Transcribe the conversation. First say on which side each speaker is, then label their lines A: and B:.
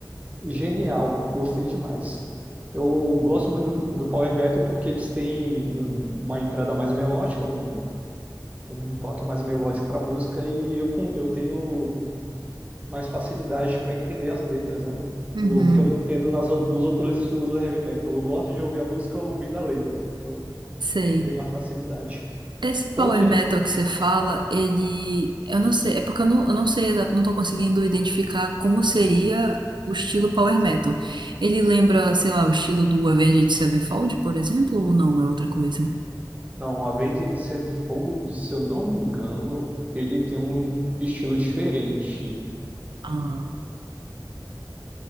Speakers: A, on the right (about 20°); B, on the right (about 85°).
A: Genial, gostei demais. Eu gosto muito do, do Power Metal porque eles têm um- uma entrada mais melódica, um, um toque mais melódico para a música e eu, con- eu tenho mais facilidade para entender as letras, né?
B: Uhum,
A: O que eu não entendo nas, ou- nos outros estilos do heavy metal. Eu gosto de ouvir a música ouvindo a letra, então
B: sei.
A: eu tenho mais facilidade.
B: Esse power
A: Punk,
B: metal que você fala, ele. Eu não sei, é porque eu não, eu não sei, exa- não tô conseguindo identificar como seria o estilo power metal. Ele lembra, sei lá, o estilo do Avenged Sevenfold, por exemplo, ou não? É outra coisa?
A: não, Avenged Sevenfold, se eu não me engano, ele tem um estilo diferente.
B: Ah,